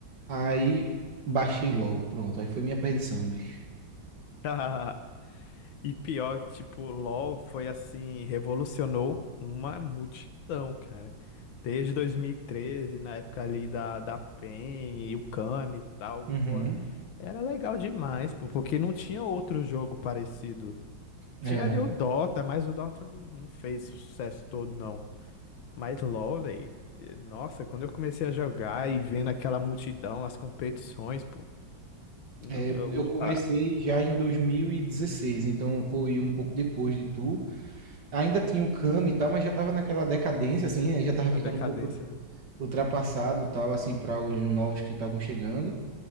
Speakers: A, on the right; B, on the left.
A: aí baixei LOL. Pronto, aí foi minha perdição, bicho.
B: <laughs> e pior que tipo, LoL foi assim, revolucionou uma multidão, cara. Desde 2013, na época ali da da PEN e o Kami e tal,
A: Uhum.
B: porra. Era legal demais, pô, porque não tinha outro jogo parecido. Tinha
A: Era.
B: ali o Dota, mas o Dota não não fez esse sucesso todo, não. Mas LoL, velho, nossa, quando eu comecei a jogar e vendo aquela multidão, as competições, pô, n-
A: É, eu,
B: n- o-
A: eu comecei
B: a,
A: já em 2016, então foi um pouco depois de tu. ainda tinha o Kami e tal, mas já tava naquela decadência, assim, né? já tava ficando
B: a decadência,
A: um pouco
B: né?
A: ultrapassado tal, assim, para os novos que estavam chegando.